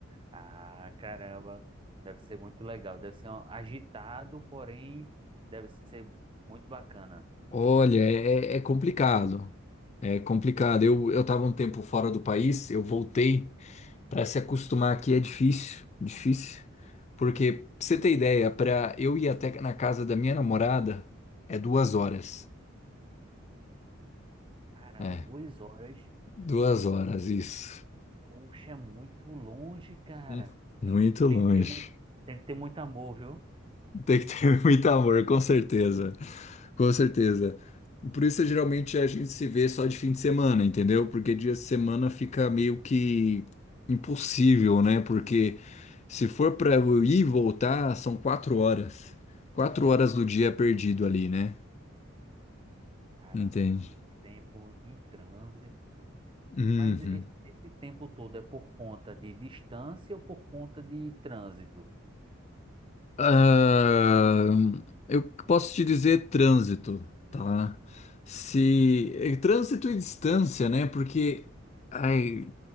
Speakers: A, on the right; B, on the left.
A: Ah, caramba, deve ser muito legal. Deve ser um- agitado, porém, deve ser muito bacana.
B: Olha, é, é é complicado, é complicado. Eu, eu estava um tempo fora do país, eu voltei. Para se acostumar aqui é difícil, difícil. Porque, pra você ter ideia, para eu ir até na casa da minha namorada é duas horas.
A: Caramba,
B: É,
A: duas horas.
B: duas horas, isso.
A: Poxa, é muito longe, cara.
B: Hum. Muito
A: Tem, que- tem
B: longe.
A: que ter muito, tem que ter muito amor, viu?
B: Tem que ter <laughs> muito amor, com certeza. Com certeza. Por isso, geralmente, a gente se vê só de fim de semana, entendeu? Porque dia de semana fica meio que impossível, né? Porque se for pra eu ir e voltar, são quatro horas. Quatro horas do dia perdido ali, né?
A: Caramba,
B: Entende?
A: é muito tempo em trânsito.
B: Uhum.
A: Mas esse, esse tempo todo é por conta de distância ou por conta de trânsito?
B: Ah, eu posso te dizer trânsito, tá? Se é trânsito e distância, né? Porque ai,